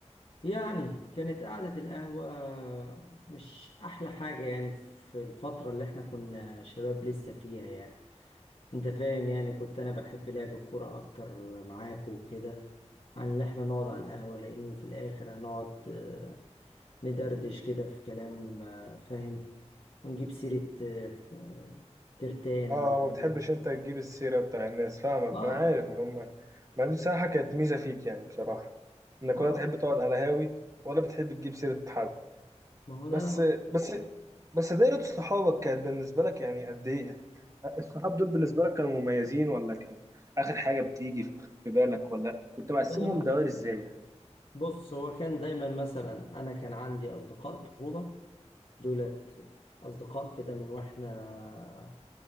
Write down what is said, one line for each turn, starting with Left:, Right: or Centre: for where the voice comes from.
Left: يعني كانت قعدة القهوة مش احلى حاجة يعني في الفترة اللي احنا كنا شباب لسه فيها يعني انت فاهم يعني كنت انا بحب لعب الكورة اكتر معاكوا وكده عن اللي احنا نقعد على القهوة لاني في الاخر هنقعد آه، ندردش كده في كلام آه، فاهم ونجيب سيرة آه، ف- آه، ترتان
Right: اه
Left: وعمان
Right: ما بتحبش انت تجيب السيرة بتاع الناس فاهمك
Left: اه
Right: انا عارف ما هم ما دي بصراحة كانت ميزة فيك يعني بصراحة انك
Left: اه
Right: ولا تحب تقعد على هاوي ولا بتحب تجيب سيرة حد
Left: ما هو
Right: بس
Left: ده
Right: بس بس دايرة صحابك كانت بالنسبة لك يعني قد ايه يعني الصحاب دول بالنسبة لك كانوا مميزين ولا كان اخر حاجة بتيجي في بالك ولا كنت مقسمهم
Left: لا لا
Right: دوائر
Left: لا
Right: ازاي يعني
Left: بص هو كان دايما مثلا انا كان عندي اصدقاء طفوله دولت اصدقاء كده من واحنا